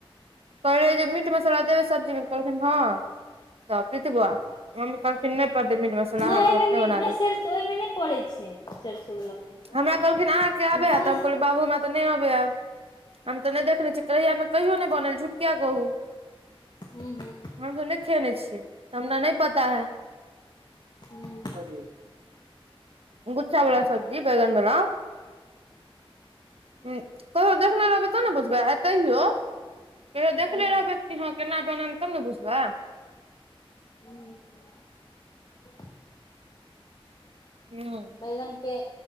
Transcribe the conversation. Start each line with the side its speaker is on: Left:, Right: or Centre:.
Right: कहलै जे मीट मसाला देबै सब्जीमे कहलखिन हँ, तऽ प्रीति बुआ मम्मी कहलखिन नै पड़तै मीट मसाला
Left: नै
Right: हाथ
Left: एहिमे
Right: मे अपने
Left: मीट
Right: बना
Left: नै
Right: देब
Left: सरिसो ओहिमे नै पड़ै छै सरिसो बला मे मीट हम
Right: हमरा कहलखिन अहाँके अबैये
Left: कोनो
Right: ह तऽ हम कहलियैन बाबू हमरा तऽ नहि अबैये। हम तऽ नहि देखने छियै, कहैये हमरा घर मे कहियो नहि बनल झूठ किया कहु।
Left: हूं हूं
Right: हम तऽ नहि खेने छियै, हमरा नहि पता है।
Left: हू <unintelligible>
Right: ह जी <unintelligible> गु्च्छावला सब्जी बैगन बला हुं ककरो देखने रहबै तब ने बुझबै आ तहियो कहियो देखले
Left: हूं
Right: रहबै हँ केना बनल तब ने बुझबै।
Left: जा <inaudible>
Right: हूँ
Left: बैगन के